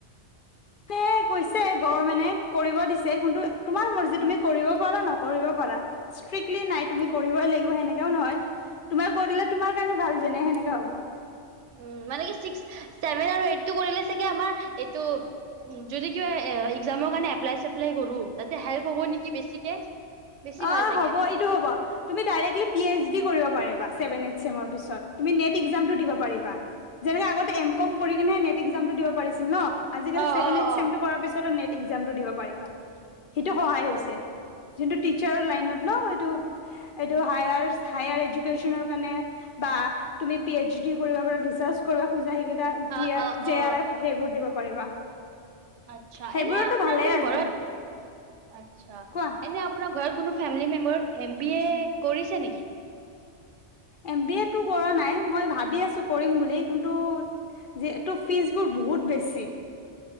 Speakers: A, on the left; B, on the right.
A: ত কৈছে, গভমেন্টে কৰিব দিছে, কিন্তু তোমাৰ মৰজি তুমি কৰিব পাৰা, নকৰিব পাৰা, ষ্ট্ৰিক্টলি নাই তুমি কৰিবই লাগিব, সেনেকেও নহয়, তোমাৰ কৰি দিলে তোমাৰ কাৰণে ভাল যেনে সেনেকে হ'ব।
B: উ মানে কি ছিক্স ছেভেন আৰু এইট টো কৰিলে চাগে আমাৰ এইটো যদি কিবা একজামৰ কাৰনে এপ্লাই চেপলাই কৰো তাতে হেল্প হ'ব নেকি বেছিকে বেছি
A: অ
B: ভাল চাগে
A: হ'ব এইটো হ'ব তুমি ডাৰেকলি পি এইচ ডি কৰিব পাৰিবা ছেভেন এইট চেমৰ পিছত তুমি নেট একজাম টো দিব পাৰিবা যেনেকে আগতে এম কম কৰি কিনেহে নেট একজাম টো দিব পাৰিছিল ন। আজিকালি
B: অ
A: ছেভেন
B: অ
A: এইট চেমটো
B: অ
A: কৰাৰ পিছত নেট একজামটো দিব পাৰিবা সেইটো সহায় হৈছে। টিচাৰৰ লাইনত ন এইটো হাইআৰ হাই আৰু ইডোকেচনৰ কাৰনে বা তুমি পি এইচ ডি কৰিব পাৰা ৰিচাৰ্ছ কৰিব খোযা।
B: অ অ
A: জে
B: অ
A: আৰ এফ সেইবোৰ দিব পাৰা। পাৰিবা
B: আচ্ছা
A: সেইবোৰতো
B: এনে আপোনাৰ
A: ভালে
B: কোনো
A: আছে
B: ঘৰত আচছা
A: কোৱা
B: এনে আপোনাৰ ঘৰত কোনো ফেমিলি মেম্বাৰত এম বি এ কৰিছে নেকি?
A: এম বি এতটো কৰা নাই মই ভাবি আছো কৰিম বুলি কিন্তু যিহেটো ফিজবোৰ বহুত বেছি।